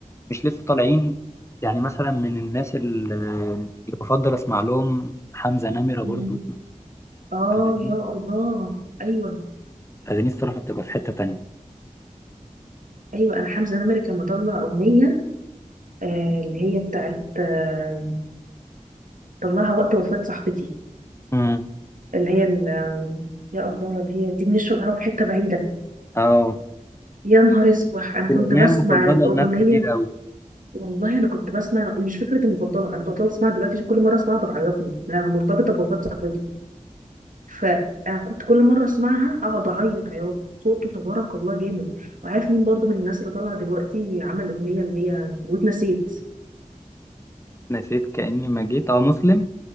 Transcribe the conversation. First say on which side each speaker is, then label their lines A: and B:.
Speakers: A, on the left (about 20°); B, on the right (about 70°).
A: مش لسه طالعين يعني مثلا من الناس ال- اللي بفضل اسمع لهم حمزه نمره
B: مم.
A: برضو
B: اه
A: اغانيه
B: يا الله ايوه
A: اغانيه الصراحه بتبقى في حته تانية
B: ايوه انا حمزة نمرة كان مطلع اغنية آه اللي هي بتاعت آه طلعها وقت وفاة صاحبتي
A: امم
B: اللي هي ال- آم، يا الله اللي هي دي بنشرب قهوة في حتة بعيدة
A: اه
B: يا نهار اسود انا كنت
A: الاغنيه
B: بسمع
A: المفضله
B: الاغنية
A: لناس كتير قوي
B: والله انا كنت بسمع مش فكره المفضله انا بطلت اسمعها دلوقتي عشان كل مره اسمعها بتعيطني لان انا مرتبطه بوفاه صاحبتي فانا كنت كل مره اسمعها اقعد اعيط عياط صوته تبارك الله جامد وعارف مين برضو من الناس اللي طالعه دلوقتي عمل اغنيه اللي هي واتنسيت
A: نسيت كاني ما جيت اه مسلم